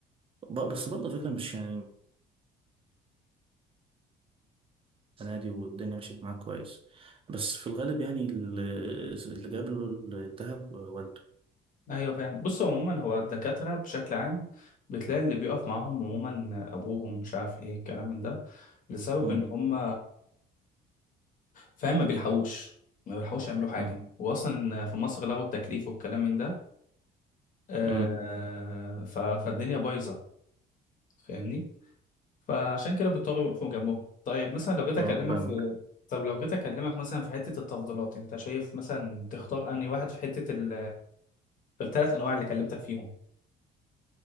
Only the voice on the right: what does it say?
ب- بس برضه على فكرة مش يعني السنة دي والدنيا مشيت معاه كويس بس في الغالب يعني ال- اللي جاب له الذهب والده
مم.
مم.
مم.
اه
فاهمك